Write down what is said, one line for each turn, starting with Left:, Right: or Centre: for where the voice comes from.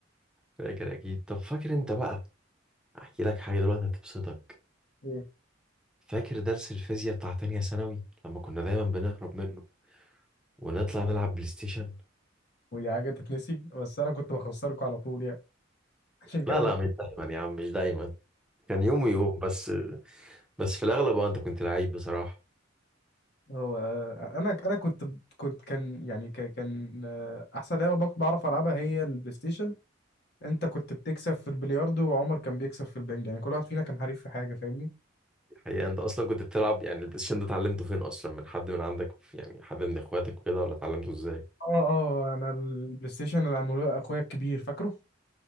Centre: فاكر أكيد طب فاكر أنت بقى أحكي لك حاجة دلوقتي هتبسطك
Left: إيه.
Centre: فاكر درس الفيزياء بتاع تانية ثانوي لما كنا دايما بنهرب منه ونطلع نلعب بلاي ستيشن
Left: ودي حاجه تتنسي بس انا كنت بخسركم على طول يعني <laughs> عشان كده
Centre: لا
Left: ما...
Centre: لا مش دايما يا عم مش دايما كان يوم ويوم بس بس في الاغلب اه انت كنت لعيب بصراحه
Left: هو آه، انا انا كنت كنت كان يعني كان كان، آه، احسن لعبه بق- بعرف العبها هي البلاي ستيشن انت كنت بتكسب في البلياردو وعمر كان بيكسب في البنج يعني كل واحد فينا كان حريف في حاجه فاهمني
Centre: الحقيقه انت اصلا كنت بتلعب يعني البلاي ستيشن ده اتعلمته فين اصلا من حد من عندك يعني حد من اخواتك وكده ولا اتعلمته ازاي
Left: اه اه انا البلاي ستيشن اللي عملوه اخويا الكبير فاكره